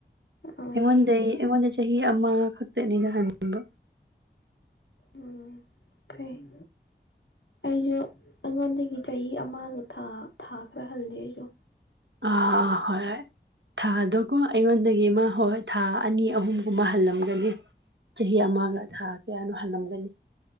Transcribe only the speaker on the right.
ꯑꯩꯉꯣꯟꯗ ꯑꯩꯉꯣꯟꯗ ꯆꯍꯤ ꯑꯃ ꯈꯛꯇꯅꯤꯩꯅ ꯍꯟꯕ
ꯑ ꯍꯣꯏ ꯊꯥꯗꯣꯀꯣ ꯑꯩꯉꯣꯟꯗꯒꯤ ꯑꯃ ꯍꯣꯏ ꯊꯥ ꯑꯅꯤ ꯑꯍꯨꯝꯒꯨꯝꯕ ꯍꯜꯂꯝꯒꯅꯤ ꯆꯍꯤ ꯑꯃꯒ ꯊꯥ ꯀꯌꯥꯅꯣ ꯍꯜꯂꯝꯒꯅꯤ